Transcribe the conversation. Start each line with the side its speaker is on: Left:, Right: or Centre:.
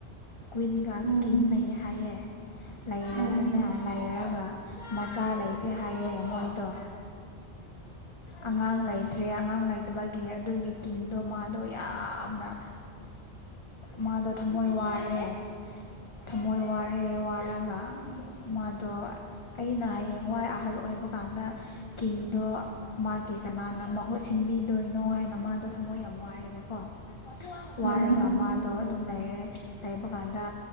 Left: ꯀꯨꯋꯏꯟꯒ
Right: ꯎꯝ ꯎꯝ
Left: ꯀꯤꯡꯒ ꯂꯩꯌꯦ ꯍꯥꯏꯌꯦ ꯂꯩꯔꯗꯅ
Right: ꯑ ꯎꯝ
Left: ꯂꯩꯔꯒ ꯃꯆꯥ ꯂꯩꯇꯦ ꯍꯥꯏꯌꯦ ꯃꯣꯏꯗꯣ ꯑꯉꯥꯡ ꯂꯩꯇ꯭ꯔꯦ ꯑꯉꯥꯡ ꯂꯩꯇꯕꯒꯤ ꯑꯗꯨꯒꯤ ꯀꯤꯡ ꯀꯤꯡꯗꯣ ꯃꯥꯗꯣ ꯌꯥꯝꯅ ꯃꯥꯗꯣ ꯊꯝꯃꯣꯏ ꯋꯥꯔꯦ ꯊꯝꯃꯣꯏ ꯋꯥꯔꯦ ꯋꯥꯔꯒ ꯃꯥꯗꯣ ꯑꯩꯅ ꯍꯌꯦꯡꯋꯥꯏ ꯑꯍꯜ ꯑꯣꯏꯕ ꯀꯥꯟꯗ ꯀꯤꯡꯗꯣ ꯃꯥꯒꯤ ꯀꯅꯥꯅ ꯃꯍꯨꯠ ꯁꯤꯟꯕꯤꯗꯣꯏꯅꯣ ꯍꯥꯏꯅ ꯃꯥꯗꯣ ꯊꯝꯃꯣꯏ ꯌꯥꯝ ꯋꯥꯔꯦꯕꯀꯣ ꯋꯥꯔꯒ
Right: ꯎꯝ
Left: ꯃꯥꯗꯣ ꯑꯗꯨꯝ ꯂꯩꯔ ꯂꯩꯕ ꯀꯥꯟꯗ